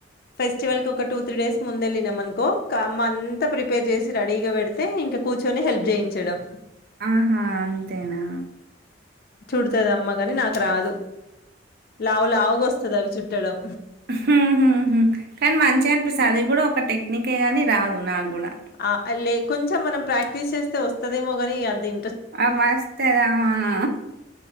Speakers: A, on the left; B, on the right.
A: ఫెస్టివల్ కి ఒక టూ త్రీ డేస్ ముందళ్ళి అనుకో అమ్మ అంతా ప్రిపేర్ చేసి రెడీగా పెడత స్తే ఇంక కూర్చొని హెల్ప్ చేయించడం
B: ఆహా అంతేనా
A: చూడుతుంది అమ్మ కాని నాకు రాదు లావు లావుగా వస్తుంది అవి చుట్టడం
B: హ కానీ మంచిగా అనిపిస్తు అది కూడా ఒక టెక్నికే గాని రాదు నాకు కూడా
A: ఆ లే కొంచెం మనం ప్రాక్టీస్ చేస్తే వస్తదేమో కాని దీ
B: ఆ మస్త అద అవును